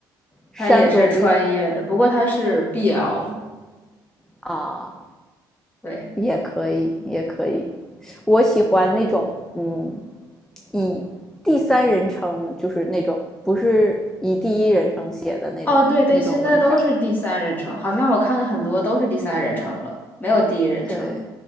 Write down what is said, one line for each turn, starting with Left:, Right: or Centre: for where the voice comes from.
Centre: 《山河不夜》
Left: 它也是穿越的，不过它是 BL
Centre: 啊，
Left: 对，
Centre: 也可以，也可以。我喜欢那种，嗯，以第三人称，就是那种不是以第一人称写的那种那种文章。
Left: 哦对对，现在都是第三人称，好像我看的很多都是第三人称了，没有第一人称。
Centre: 对，